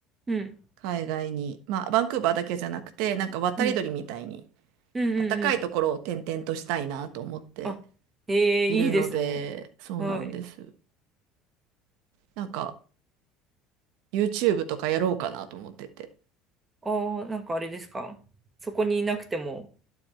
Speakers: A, on the right (about 20°); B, on the right (about 75°).
A: うん。
B: 海外に、まあ、バンクーバーだけじゃなくて、なんか渡り鳥みたいに、
A: うん。うんうんうん。
B: 暖かいところを転々としたいなと思って
A: あ、ええいいですね。
B: いるので、そうなんです。
A: はい。
B: なんか、YouTube とかやろうかなと思ってて、
A: ああ、なんかあれですか。そこにいなくても